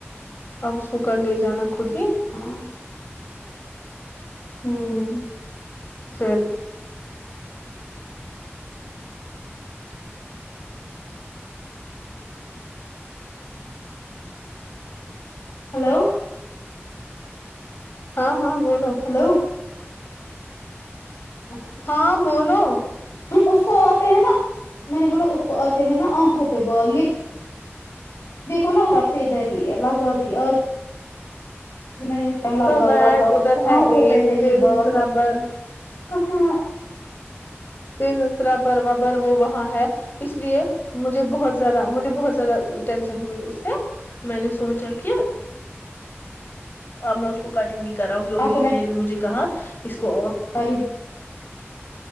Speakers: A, on the left; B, on the left.
A: آپ اس کو کل لے جانا خود ہی
B: ہاں ہوں
A: ھم پھر
B: ہیلو
A: ہاں ہاں بولو
B: ہیلو بس
A: ہاں بولو
B: اس کو آتے ہیں نا میں نے بولا اس کو آتے ہیں نا آنکھوں پہ بال یہ دیکھو نا آب سے ادھر ہی ہے لگا دی آج میں نے لگاؤ
A: کب اینڈ
B: لگاؤ
A: ادھر ہے
B: آنکھوں
A: ایک
B: پہ ہے یہ
A: پنس
B: بال
A: ربر
B: کہاں
A: پھر دوسرا بر ب بر وہ وہاں ہے اس لیے مجھے بہت زیادہ مجھے بہت زیادہ ٹینشن ہوئی اس سے میں نے سوچا کہ اب میں اس کو کٹن گی کراؤں گی اور
B: آپ
A: دیدی نے بھی مجھے کہا اس کو
B: اور